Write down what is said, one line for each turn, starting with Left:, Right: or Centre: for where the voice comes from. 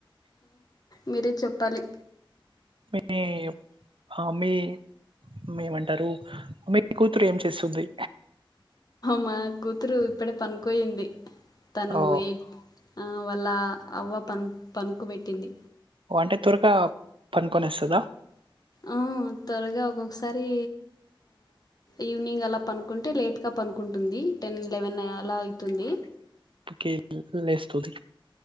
Left: మేరే చెప్పాలి
Right: మే ఆ మీ మేమంటారు మీ కూతురు ఏం చేస్తుంది
Left: మా కూతురు ఇప్పుడే పనికోయింది తను
Right: ఓ
Left: ఏ వాళ్ళ అవ్వ పను పడుకో పెట్టింది
Right: ఓ అంటే త్వరగా పనుకొనేస్తాదా
Left: ఆ త్వరగా ఒక్కొక్కసారి ఈవినింగ్ అలా పనుకుంటే లేట్గా పనుకుంటుంది టెన్ లెవెన్ అలా అవుతుంది
Right: కి లేస్తుది